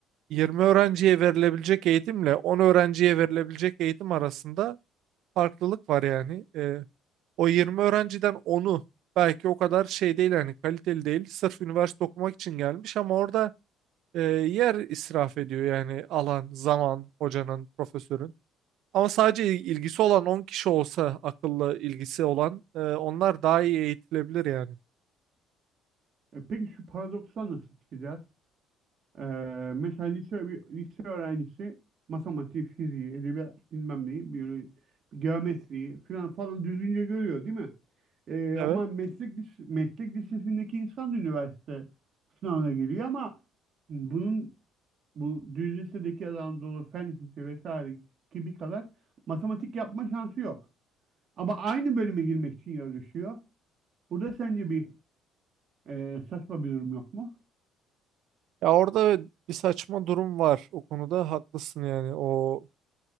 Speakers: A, on the right; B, on the right.
A: 20 öğrenciye verilebilecek eğitimle 10 öğrenciye verilebilecek eğitim arasında farklılık var yani. E, O 20 öğrenciden onu belki o kadar şey değil yani kaliteli değil. Sırf üniversite okumak için gelmiş ama orada e, yer israf ediyor yani alan, zaman, hocanın, profesörün. Ama sadece il- ilgisi olan 10 kişi olsa akıllı ilgisi olan e, onlar daha iyi eğitilebilir yani.
B: E, peki şu paradoksla nasıl çıkacağız? Ee, mesela lise, bir lise öğrencisi matematik, fiziği, edebiyat bilmem neyi, biyoloji, geometriyi falan falan düzgünce görüyor değil mi? Ee,
A: Evet.
B: ama meslek, lis- meslek lisesindeki insan da üniversite sınavına giriyor ama bunun bu düz lisedeki Anadolu Fen Lisesi vesaire gibi kadar matematik yapma şansı yok. Ama aynı bölüme girmek için yarışıyor. Burada sence bir ee, saçma bir durum yok mu?
A: Ya orada bir saçma durum var o konuda haklısın yani o